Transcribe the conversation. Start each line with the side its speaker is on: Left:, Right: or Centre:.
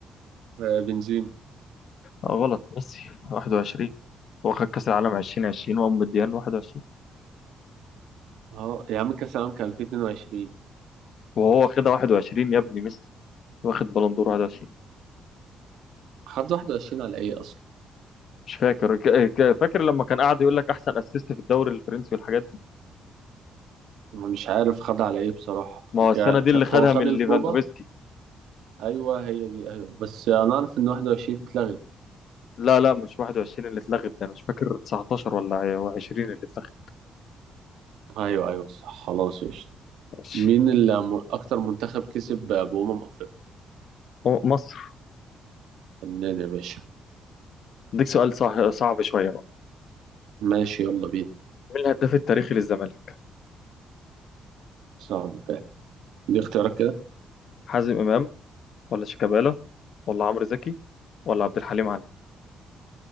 Right: آه، بنزيما
Left: آه، غلط ميسي 21 هو خد كأس العالم 2020 وقام مديان 21
Right: اه يا عم كأس العالم كان 2022
Left: وهو واخدها 21 يا ابني ميسي واخد بالون دور 21
Right: خد 21 على ايه اصلا
Left: مش فاكر ك- ك- فاكر لما كان قاعد يقول لك احسن اسيست في الدوري الفرنسي والحاجات دي
Right: أنا مش عارف خد على ايه بصراحة
Left: ما
Right: يمكن
Left: هو السنه دي
Right: ك-
Left: اللي
Right: هو
Left: خدها
Right: خد
Left: من ليفاندوفسكي
Right: الكوبا ايوه هي دي ايوه بس انا اعرف ان 21 اتلغت
Left: لا لا مش 21 اللي اتلغت ده انا مش فاكر 19 ولا 20 اللي اتلغت
Right: ايوه ايوه صح خلاص قشطة
Left: ماشي
Right: مين اللي م- اكتر منتخب كسب بأمم افريقيا
Left: هو مصر
Right: فنان يا باشا
Left: اديك سؤال صح صعب شويه بقى
Right: ماشي يلا بينا
Left: مين الهداف التاريخي للزمالك
Right: صعب فعلا دي اختيارك كده.
Left: حازم امام ولا شيكابالا ولا عمرو زكي ولا عبد الحليم علي